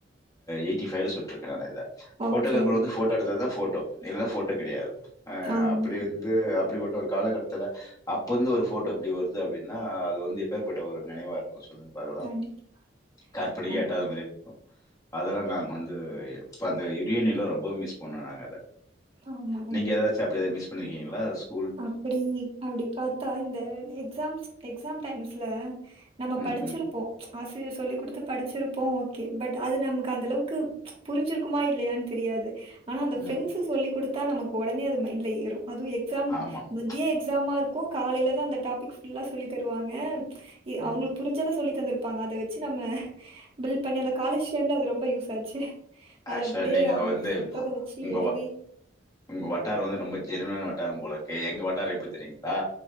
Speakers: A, on the left; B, on the right.
A: எயிட்டி ஃபைல சொல்ட்ருகே நானு இத
B: ஓகே.
A: ஃபோட்டோக்ராபர் வந்து ஃபோட்டோ எடுத்தா தா ஃபோட்டோ இல்லன்னா ஃபோட்டோ
B: ம்.
A: கெடையாது அ
B: ஆமா.
A: அப்டி இருந்து அப்டிப்பட்ட ஒரு காலகட்டத்துல அப்ப வந்து ஒரு ஃபோ ட்டோ எப்டி வருது அப்டின்னா அது வந்து எப்பேற்பட்ட ஒரு நெனைவா இருக்கு சொல்லுங்க பாக்கலா
B: கண்டிப்பா,
A: கற்பனைக்
B: கண்டிப்பா.
A: எட்டாத மாரி அதெல்லா நாங்க வந்து இப்ப அந்த யுடினில ரொம்பவு மிஸ் பண்ணோ நாங்க அத
B: ஆமா,
A: நீங்க எதாச்சு அப்டி எதா மிஸ் பண்ணிருக்கீங்களா அத சொ
B: அப்டி அப்டி பா த்தா இந்த எக்ஸாம்ஸ் எக்ஸாம் டைம்ஸ்ல நம்ம
A: ம்,
B: படுச்சிருப்போ
A: ம்,
B: ஆசிரியர் சொல்லி குடுத்து படுச்சிருப்போ ஓகே பட் அது நமக்கு அந்த அளவுக்கு புரேஞ்சிருக்குமா இல்லயா தெரியாது ஆனா அந்த
A: ம்.
B: ஃப்ரெண்ட்ஸு சொல்லி குடுத்தா நமக்கு ஒடனே அது மைண்ட்ல ஏறு அது எக் எக்ஸாம்
A: ஆமாமா.
B: மதியோ எக்ஸாமா இருக்கு காலேலதா அந்த டாபிக் ஃபுல்லா சொல்லி தருவாங்க எ
A: ம்.
B: அவங்ளுக்கு புருஞ்சத சொல்லி தந்ருப்பாங்க அத வெச்சு நம்ம பில் பண்ணி அந்த காலெஜ் டைம்ல அது ரொம்ப யூஸ் ஆச்சு அத
A: ஆக்சுவலா
B: அப்டியே
A: நீங்க
B: அவங்க
A: வந்து
B: சொல்றத வெச்சு
A: உங்க
B: எழுதி
A: உங்க வட்டாரோ வந்து ரொம்ப ஜென்யூனான வட்டாரோ போல இரு எங்க வட்டாரோ எப்டி தெரியுங்கலா